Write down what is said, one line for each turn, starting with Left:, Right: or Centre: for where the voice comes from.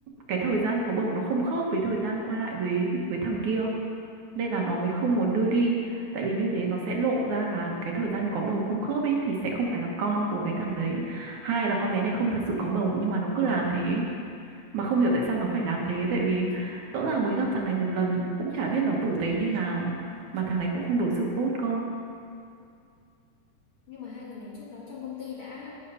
Right: cái thời gian có bầu nó không khớp với thời gian qua lại với với thằng kia nên là nó mới không muốn đưa đi tại vì như thế nó sẽ lộ ra là cái thời gian có bầu không khớp ấy thì sẽ không phải là con của cái thằng đấy hai là con bé này không thật sự có bầu nhưng mà nó cứ làm thế mà không hiểu tại sao nó phải làm thế tại vì rõ ràng mới gặp thằng này một lần cũng chả biết nó tử tế như nào mà thằng này cũng không đối xử tốt cơ
Left: nhưng mà hai người này trước đó trong công ty đã